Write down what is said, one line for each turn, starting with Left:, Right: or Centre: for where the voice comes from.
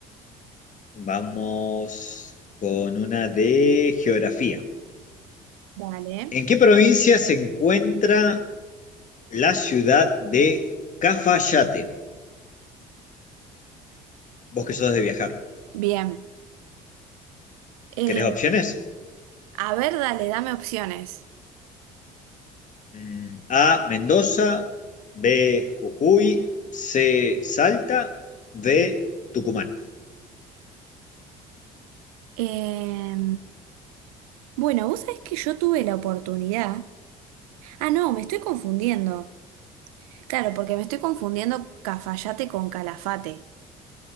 Left: vamos con una de geografía.
Right: Dale.
Left: ¿En qué provincia se encuentra la ciudad de Cafayate? Vos que sos de viajar.
Right: Bien. Eh,
Left: ¿Querés opciones?
Right: a ver, dale, dame opciones.
Left: Mm, A, Mendoza, B, Jujuy, C, Salta, D, Tucumán.
Right: Eh, bueno, vos sabés que yo tuve la oportunidad. Ah, no, me estoy confundiendo. Claro, porque me estoy confundiendo Cafayate con Calafate.